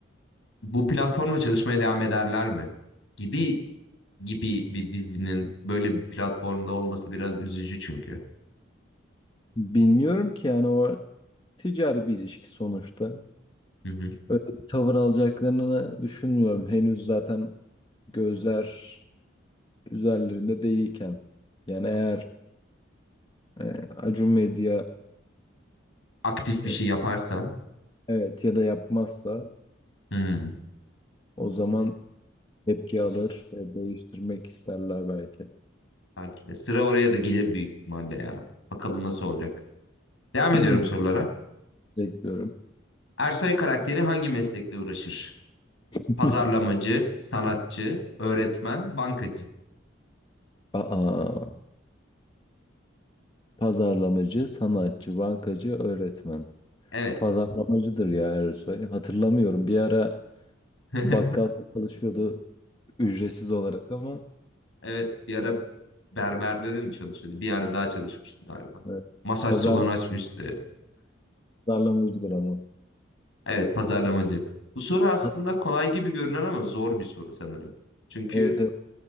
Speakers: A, on the left; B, on the left.
A: bu platformla çalışmaya devam ederler mi? Gibi gibi bir dizinin böyle bir platformda olması biraz üzücü çünkü.
B: bilmiyorum ki yani o ticari bir ilişki sonuçta.
A: Hı hı.
B: Öyle bir tavır alacaklarını düşünmüyorum. Henüz zaten gözler üzerlerinde değilken. Yani eğer e, Acun Medya
A: Aktif bir
B: e,
A: şey yaparsa.
B: evet ya da yapmazsa
A: Hmm.
B: o zaman tepki
A: Evet.
B: alır ve değiştirmek isterler belki.
A: Belki de. Sıra oraya da gelir büyük ihtimalle ya. Bakalım nasıl olacak. Devam ediyorum
B: <clears throat>
A: sorulara.
B: Bekliyorum.
A: Ersoy karakteri hangi meslekle uğraşır?
B: <laughs>
A: Pazarlamacı, sanatçı, öğretmen, bankacı.
B: Aa, pazarlamacı, sanatçı, bankacı, öğretmen.
A: Evet.
B: Pazarlamacıdır ya Ersoy. Hatırlamıyorum. Bir ara
A: <laughs>
B: bakkal çalışıyordu ücretsiz olarak ama
A: Evet. Bir ara berberde de mi çalışıyordu? Bir yerde daha çalışmıştı galiba.
B: evet.
A: Masaj
B: Pazar,
A: salonu açmıştı.
B: pazarlamacıdır ama.
A: Evet, pazarlamacı. Bu soru aslında
B: Hat-
A: kolay gibi görünen ama zor bir soru sanırım. Çünkü
B: evet, evet,